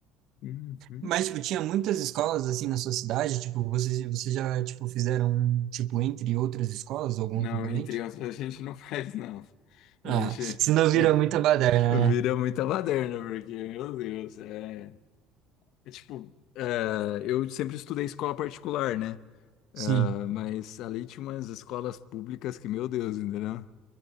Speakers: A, on the left; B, on the right.
A: Uhum.
B: Mas, tipo, tinha muitas escolas, assim, na sua cidade, tipo, vocês, vocês já, tipo, fizeram, tipo, entre outras escolas, algum
A: Não,
B: acampamento?
A: entre outros, a gente não <laughs> faz, não. A
B: Ah,
A: gente
B: se não vira
A: é,
B: muita baderna,
A: vira
B: né?
A: muita baderna, porque, meu Deus, é. É tipo, é, eu sempre estudei escola particular, né? É,
B: Sim.
A: mas ali tinha umas escolas públicas que, meu Deus, entendeu?